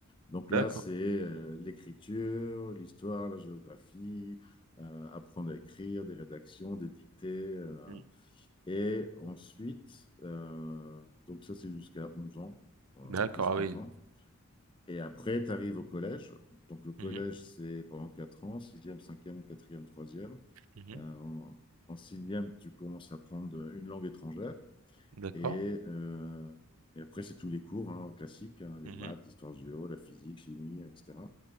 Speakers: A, on the left (about 20°); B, on the right (about 80°).
A: Donc là,
B: D'accord.
A: c'est euh, l'écriture, l'histoire, la géographie, euh, apprendre à écrire, des rédactions, des dictées. euh.
B: Mhm.
A: et ensuite, euh, donc ça, c'est jusqu'à 11 ans, euh,
B: D'accord,
A: 10-11
B: ah oui.
A: ans. Et après, tu arrives au collège. Donc le collège,
B: Mhm,
A: c'est pendant 4 ans, sixième, cinquième, quatrième, troisième.
B: mhm.
A: Euh, en, en 6 tu commences à apprendre une langue étrangère.
B: D'accord.
A: Et, euh, et après, c'est tous les cours hein, classiques, hein, les
B: Mhm,
A: maths, l'histoire géo, la physique, chimie, etc.